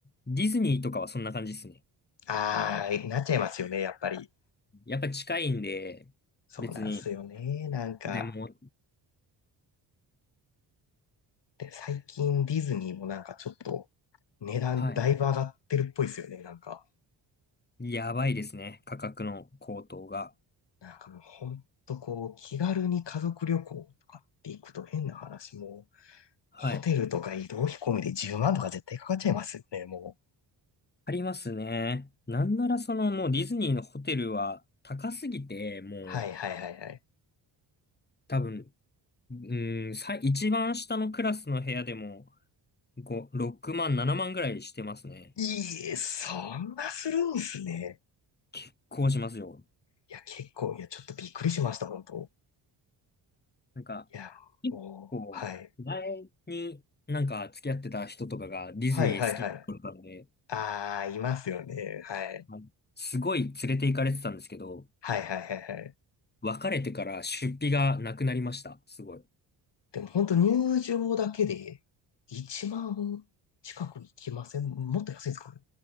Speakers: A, on the left; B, on the left.
A: ディズニーとかはそんな感じですね。
B: ああ、なっちゃいますよね、やっぱり。
A: やっぱり近いんで、
B: そうなんすよね。
A: 別に、
B: なんか、
A: でも、
B: で、最近ディズニーもなんかちょっと値段だいぶ上がってるっぽいですよね、
A: はい。
B: なんか。
A: やばいですね。価格の高騰が。
B: なんかもうほんとこう、気軽に家族旅行とかって行くと変な話も、
A: はい。
B: ホテルとか移動費込みで10万とか絶対かかっちゃいますよね、もう。
A: ありますね。なんならそのもうディズニーのホテルは高すぎて、もう
B: はいはいはいはい。
A: 多分、うん、さ、一番下のクラスの部屋でも5、6万、7万ぐらいしてますね。
B: いいえ、そんなするんすね。
A: 結構しますよ。
B: いや、結構、いや、ちょっとびっくりしました、本当。
A: なんか、
B: いや、
A: 結構、
B: もう、はい。
A: 前になんか付き合ってた人とかがディズニー好きだったんで、
B: はいはいはい。ああ、いますよね。はい。
A: あのすごい連れて行かれてたんですけど、
B: はいはいはいはい。
A: 別れてから出費がなくなりました。すごい。
B: でも本当入場だけで1万近くいきませんもっと安いんですかね